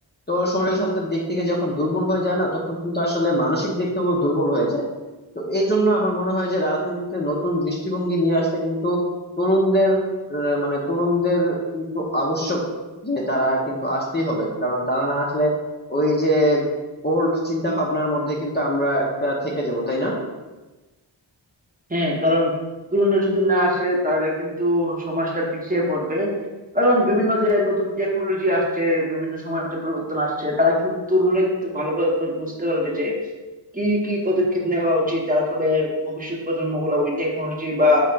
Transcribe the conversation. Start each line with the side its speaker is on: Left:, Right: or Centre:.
Left: তো শরীর স্বাস্থ্যের দিক থেকে যখন দুর্বল হয়ে যায় না তখন কিন্তু আসলে মানসিক দিক থেকেও দুর্বল হয়ে যায় তো এই জন্য আমার মনে হয় যে রাজনীতিতে নতুন দৃষ্টিভঙ্গি নিয়ে আসতে কিন্তু তরুণদের আহ, মানে তরুণদের কিন্তু আবশ্যক যে তারা কিন্তু আসতেই হবে কারণ তারা না আসলে ওই যে ওল্ড চিন্তা ভাবনার মধ্যে কিন্তু আমরা একটা থেকে যাব তাই না
Right: হ্যাঁ কারণ তরুণরা যদি না আসে তাহলে কিন্তু সমাজটা পিছিয়ে পড়বে কারণ বিভিন্ন যে নতুন টেকনোলজি আসছে বিভিন্ন সমাজে পরিবর্তন আসছে তারা কিন্তু তরুণরা কিন্তু ভালোভাবে বু- বুঝতে পারবে যে কি কি পদক্ষেপ নেওয়া উচিত যার ফলে ভবিষ্যৎ প্রজন্ম গুলা ওই টেকনোলজি বা